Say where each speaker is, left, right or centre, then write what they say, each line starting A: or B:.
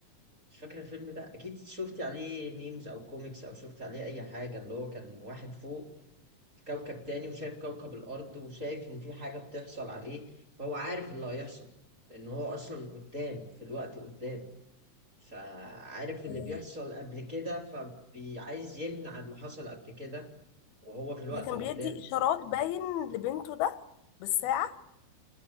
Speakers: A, on the right (about 20°); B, on the left (about 85°).
A: مش فاكر الفيلم ده اكيد شفتي عليه ميمز او كوميكس او شفتي عليه اي حاجه اللي هو كان واحد فوق في كوكب تاني وشايف كوكب الارض وشايف ان في حاجه بتحصل عليه فهو عارف اللي هيحصل لان هو اصلا قدام في الوقت قدام فعارف اللي
B: إيه
A: بيحصل قبل كده فبيعايز يمنع اللي حصل قبل كده وهو في الوقت
B: اللي كان
A: قدام
B: بيدي اشارات باين لبنته ده بالساعه